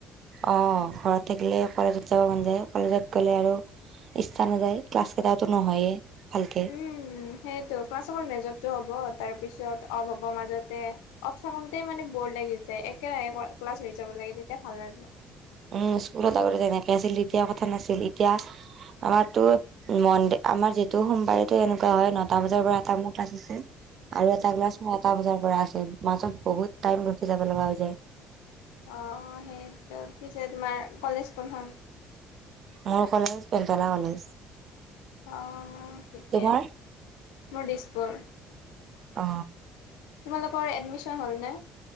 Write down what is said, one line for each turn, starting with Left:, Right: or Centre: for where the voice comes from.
Right: অ ঘৰত থাকিলে কলেজত যাব মন যায় কলেজত গ'লে আৰু- ইচ্ছা নাযায় ক্লাছ কেইটাও নহয়ে। ভালকে
Left: উম সেইটো ক্লাছ অকল মেজতটো হ'ব। তাৰ পিছত অফ হ'ব মাজতে অফ থাকোঁতে মানে বৰ লাগি যায় একেৰাহে ক্লাছ যাব লাগে তেতিয়া ভাল লাগিব।
Right: উম স্কুলত আগতে তেনেকে আছিল তেতিয়া কথা নাছিল এতিয়া। আমাৰতো মনদ আমাৰ যিহেতু সোমবাৰেতো এনেকুৱা হয় নটা বজাৰ পৰা এটা মোৰ ক্লাছ আছে। আৰু এটা গ্লাছ মোৰ এটা বজাৰ পৰা আছে মাজত বহুত টাইম ৰখি যাব লগা হৈ যায়।
Left: অ সেইটো পিছে তোমাৰ কলেজ কোনখন
Right: মোৰ কলেজ পেন্তলা কলেজ
Left: অ ঠিকে
Right: তোমাৰ
Left: আছে মোৰ দিছপুৰ
Right: অ
Left: তোমালোকৰ এডমিশ্যন হল নে